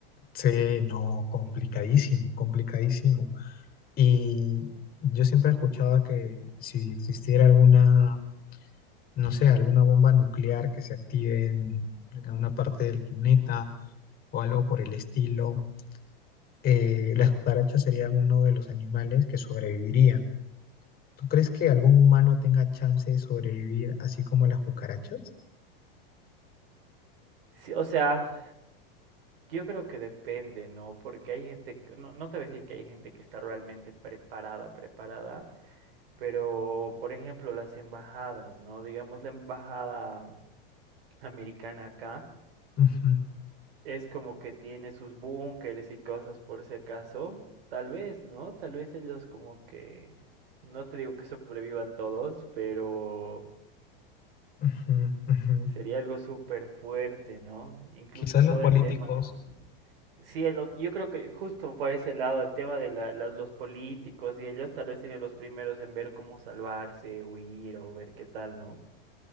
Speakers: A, on the left; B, on the right.
A: Sí, no, complicadísimo, complicadísimo. Y yo siempre escuchaba que si existiera alguna, no sé, alguna bomba nuclear que se active en, en alguna parte del planeta o algo por el estilo, eh, las cucarachas serían uno de los animales que sobrevivirían. ¿Tú crees que algún humano tenga chance de sobrevivir así como las cucarachas?
B: Sí, o sea, yo creo que depende, ¿no? Porque hay gente, que- no, no te voy a decir que hay gente que está realmente preparada, preparada, pero por ejemplo las embajadas, ¿no? Digamos la embajada americana acá,
A: Ujú,
B: es como que tiene sus búnkeres y cosas por si acaso. Tal vez, ¿no? Tal vez ellos como que... No te digo que sobrevivan todos, pero
A: ujú, ujú.
B: sería algo súper fuerte, ¿no? Incluso
A: Quizás
B: en
A: los
B: todo
A: políticos.
B: el tema. Sí, el ot- yo creo que justo por ese lado, el tema de la- las- los políticos y ellos tal vez serían los primeros en ver cómo salvarse, huir o ver qué tal, ¿no?